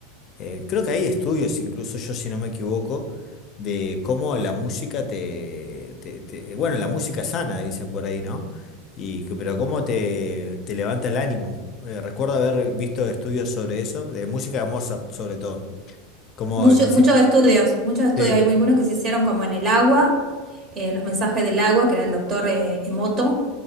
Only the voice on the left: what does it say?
Eh, creo que hay estudios, incluso yo si no me equivoco, de cómo la música te, te- te- bueno, la música sana, dicen por ahí, ¿no? Y, que- pero cómo te, te levanta el ánimo. Eh, recuerdo haber visto estudios sobre eso, de música de Mozart sobre todo. Como
dice,
sí.